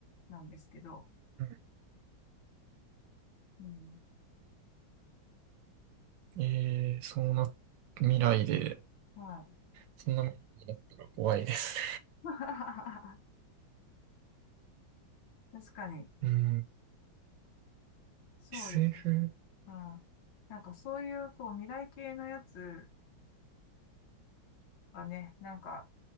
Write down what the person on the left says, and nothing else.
なんですけど、
うん。
はい。
<laughs> 確かに、
そうです。
うん。なんかそういう、こう、未来系のやつはね、なんか、